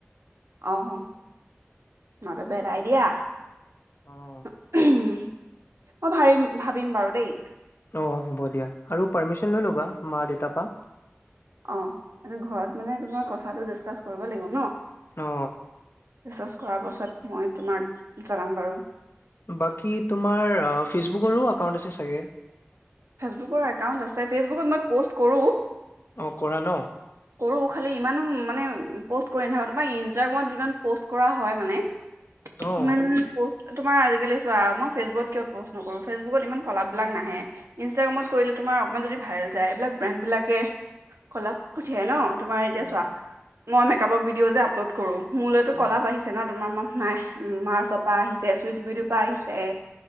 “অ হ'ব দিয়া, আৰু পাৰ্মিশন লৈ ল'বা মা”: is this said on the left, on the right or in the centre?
Left